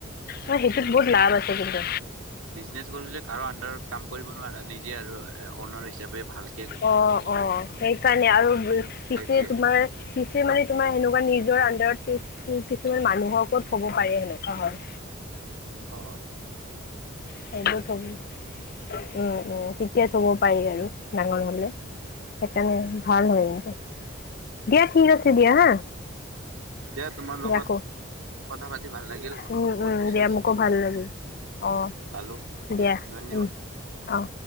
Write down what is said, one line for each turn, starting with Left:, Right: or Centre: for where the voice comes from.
Left: অ সেইটোত
Right: বিজনেচ?
Left: বহুত লাভ আছে কিন্তু
Right: বিজনেছ কৰিলে কাৰো আন্দাৰত কাম কৰিব নোৱাৰা, নিজে আৰু অনাৰ হিচাপে ভাল
Left: অ', অ', সেইকাৰণে আৰু পিছে
Right: সেইটোৱে।
Left: তোমাৰ পিছে মানে তোমাৰ সেনেকুৱা নিজৰ আন্দাৰত কিছুমান মানুহৰ ওপৰত থ'ব পাৰে সেনেকুৱা হয়।
Right: হ'।
Left: সেইটোৱে থ'ব উম, উম, তেতিয়া থ'ব পাৰি আৰু ডাঙৰ হ'লে। সেইকাৰণে ভাল হয়, <unintelligible> দিয়া ঠিক আছে দিয়া হা'
Right: দিয়া তোমাৰ লগত
Left: ৰাখোঁ।
Right: কথা পাতি ভাল লাগিল।
Left: উম,
Right: বহুত
Left: উম,
Right: বস্তু
Left: দিয়া মোকো
Right: শিকিবলৈও
Left: ভাল লাগিল। অহ,
Right: পালোঁ
Left: দিয়া
Right: ধন্যবাদ।
Left: উম, অহ।